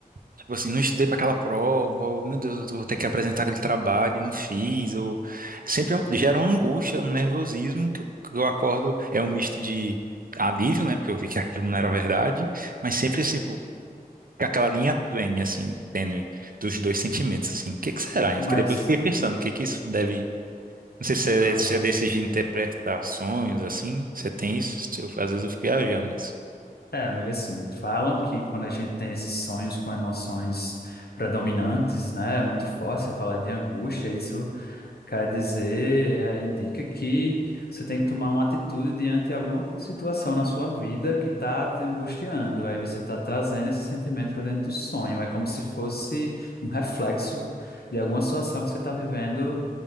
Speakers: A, on the right; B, on the left.
A: Tipo assim, não estudei para aquela prova, ou meu Deus, eu vou ter que apresentar aquele trabalho e não fiz, ou sempre gera uma angústia, um nervosismo que eu, que eu acordo, é um misto de alívio, né, porque eu vi que aquilo não era verdade, mas sempre assim, pô, com aquela linha tênue, assim, tênue dos dois sentimentos, assim, o que que será? Eu
B: Mas,
A: fiquei, depois eu fiquei pensando, o que que isso deve, não sei se é,
B: aham.
A: se é desses de interpretações, assim, você tem isso, eu- às vezes eu fico viajando nisso.
B: É, amiga, assim, falam que quando a gente tem esses sonhos com emoções predominantes, né, é muito forte, você fala de angústia, isso Quer dizer, é, indica que você tem que tomar uma atitude diante de alguma co- situação na sua vida que está te angustiando. Aí você está trazendo esse sentimento para dentro do sonho. É como se fosse um reflexo de alguma situação que você está vivendo